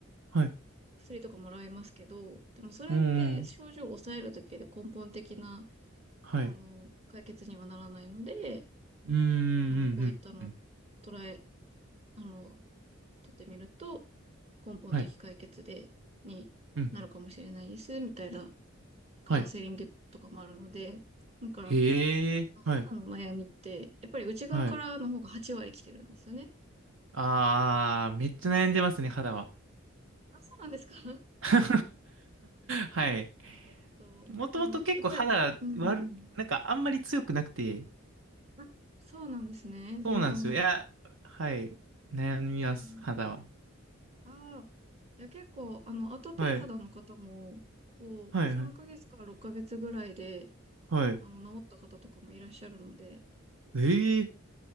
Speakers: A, on the right; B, on the right.
A: あ、はい、
B: 薬とかもらいますけど、でもそれって症状を抑えるだけで根本的な、
A: うん、うん、はい、
B: あの、解決にはならないので、
A: うん、うん、
B: あの、こういったのを
A: うん、うん
B: 捉え、あの、取ってみると、根本的解決で、
A: はい、
B: になるかもしれないです、
A: うん、
B: みたいなカウンセリングとかもあるので、
A: はい、
B: だから、
A: へえ、はい、
B: 肌の悩みって、やっぱり内側からの方が8割来てるんですよね。
A: はい。ああ、めっちゃ悩んでますね、肌は。
B: あ、そうなんですか <laughs>
A: <laughs> はい。
B: そう。
A: もともと結構肌悪、
B: でも、やっぱり、うん。
A: なんかあんまり強くなくて、
B: あ、そうなんですね。敏感なんです。
A: そうなんですよ。いや、はい、悩みます、
B: うん、
A: 肌は。
B: うん、うん。ああ。いや、結構、あの、アトピー肌の方も、
A: はい、
B: こう、
A: はい、
B: 3ヶ月から6ヶ月ぐらいで、
A: はい、はい。
B: あの、治った方とかもいらっしゃるので、
A: ええ、